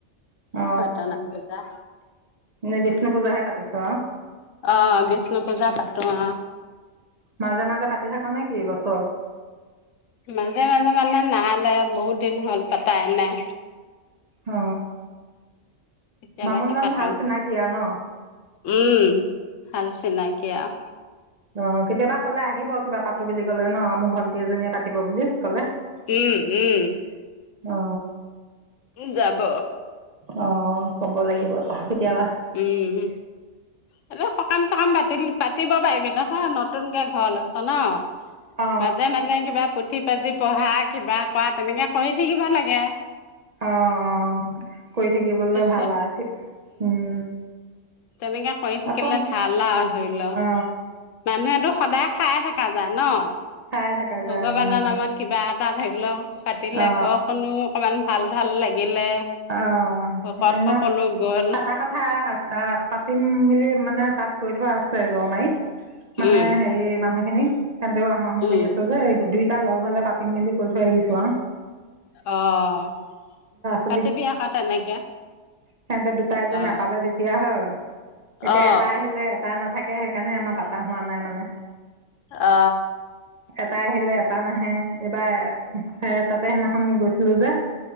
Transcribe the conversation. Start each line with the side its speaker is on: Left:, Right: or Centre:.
Right: অ,
Left: সত্যনাৰায়ণ পূজা
Right: এনেই বিষ্ণু পূজাহে পাতিছো আও।
Left: অ, বিষ্ণু পূজা পাতো অ।
Right: মাজে মাজে পাতি থাকো নেকি বছৰত?
Left: মাজে মাজে মানে নাই দেই বহুত দিন হ'ল পাতাই নাই।
Right: অ।
Left: কেতিয়াবাহে
Right: বামুণজন
Left: পাতোং।
Right: ভাল চিনাকি আৰু ন
Left: উম, ভাল চিনাকি আও।
Right: অ, কেতিয়াবা ক'লে আহিব কিবা পাতো বুলি ক'লে ন। মোৰ ভন্ টি এজনীয়ে পাতিব বুলি ক'লে।
Left: উম উম
Right: অ
Left: উম, যাব।
Right: অ, ক'ব লাগিব ৰ কেতিয়াবা।
Left: উম। হলো সকাম চকাম পাতি দিল পাতিব পাৰিবি নহয়, নতুনকে ঘৰ লৈছোঁ ন।
Right: অ
Left: মাজে মাজে কিবা পুথি পাতি পঢ়া, কিবা কৰা, তেনেকে কৰি থাকিব লাগে।
Right: অ অ, কৰি থাকিবলৈ
Left: তেতিয়া
Right: ভাল আও, তি উম উম
Left: তেনেকে কৰি থাকিলে
Right: আকৌ
Left: ভাল আও ধৰিলো।
Right: অ
Left: মানুহেটো সদায় খাই থকা যায় ন!
Right: চাই থাকা যে
Left: ভগৱানৰ
Right: উম
Left: নামত কিবা এটা ধৰিল পাতিলে
Right: অ
Left: ঘৰখনো অকমান ভাল-ভাল লাগিলে।
Right: অ <unintelligible>
Left: ভকত সকলো গ'ল
Right: কথা <unintelligible> পাতিম বুলি মানে তাত কৈ থোৱা আছে <unintelligible> মানে
Left: উম
Right: হেৰি মানুহ খিনি, সেনতেও আহো-আহো
Left: উম
Right: কৰি আছে যে, এই গোটেই তাৰ লগ হ'লে পাতিম বুলি কৈ থৈ আহিছো আৰু।
Left: অ।
Right: <unintelligible>
Left: পাতিবি আকৌ তেনেকে
Right: সিহঁতে দুটায়ে যে,
Left: অ
Right: নাপালে তেতিয়া হয়। এতিয়া
Left: অ
Right: এটা আহিলে এটা নাথাকে, সেইকাৰণে আমাৰ পাতা হোৱা নাই মানে।
Left: অ।
Right: এটা আহিলে এটা নাহে। এইবাৰ সেই তাতে সেইদিনাখন গৈছিলো যে